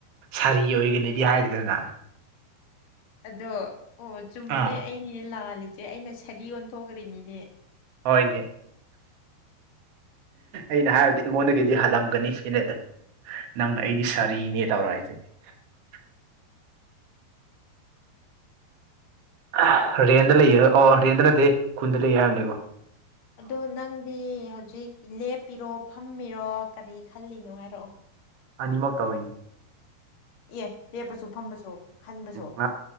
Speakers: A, on the right; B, on the left.
A: ꯁꯥꯔꯤ ꯑꯣꯏꯒꯅꯤꯗꯤ ꯍꯥꯏꯗꯦꯗꯅ
B: ꯑꯗꯣ ꯑꯣ ꯆꯨꯝꯃꯤꯅꯦ
A: ꯑꯥ
B: ꯑꯩꯅꯤꯗꯤ ꯂꯥꯜꯂꯤ ꯆꯦ ꯑꯩꯅ ꯁꯔꯤ ꯑꯣꯟꯊꯣꯛꯈ꯭ꯔꯤꯅꯤꯅꯦ
A: ꯍꯣꯏꯅꯦ ꯑꯩꯅ ꯍꯥꯏꯕꯗꯤ ꯑꯩꯉꯣꯟꯗꯒꯤꯗꯤ ꯍꯥꯜꯂꯝꯒꯅꯤ ꯁꯤꯅꯦꯗ ꯅꯪꯅ ꯑꯩꯗꯤ ꯁꯥꯔꯤꯅꯦ ꯇꯧꯔꯛꯢꯗꯨꯗꯤ꯫ <inaudible> ꯔꯦꯟꯗ ꯂꯩꯌꯦꯔ
B: ꯍꯣꯏ
A: ꯑꯣ ꯔꯦꯟꯗ ꯅꯠꯇꯦ ꯈꯨꯟꯗ ꯂꯩ ꯍꯥꯏꯕꯅꯦꯕꯣ
B: ꯑꯗꯣ ꯅꯪꯗꯤ ꯍꯧꯖꯤꯛ ꯂꯦꯞꯄꯤꯔꯣ ꯐꯝ ꯃꯤꯔꯣ ꯀꯔꯤ ꯈꯜꯂꯤꯅꯣ ꯍꯥꯏꯔꯛꯑꯣ
A: ꯑꯅꯤꯃꯛ ꯇꯧꯋꯤꯅꯤ
B: ꯑꯦ ꯂꯦꯞꯄꯁꯨ ꯐꯝꯕꯁꯨ ꯈꯟꯕꯁꯨ
A: ꯉꯍ